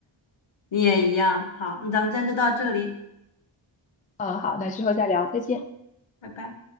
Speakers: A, on the left; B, on the left.
A: 你也一样。好，那咱们今天就到这里，
B: <laughs> 嗯，好，那之后再聊，再见。
A: 拜拜。